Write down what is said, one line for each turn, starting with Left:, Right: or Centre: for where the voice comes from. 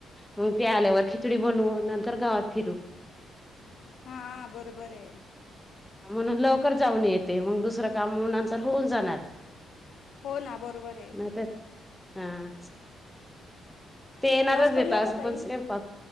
Centre: मग ते आल्यावर खिचडी बनवू,, नंतर गावात फिरू,,
Left: हा,, बरोबर आहे.
Centre: म्हणून लवकर जाऊन येते मग दुसरं काम म्हण नंतर होऊन जाणार
Left: हो ना बरोबर आहे
Centre: नाही तर हा ते येणारच
Left: पाऊस
Centre: देतात
Left: पडला होता
Centre: असं
Left: ताई
Centre: पण स्वयंपाक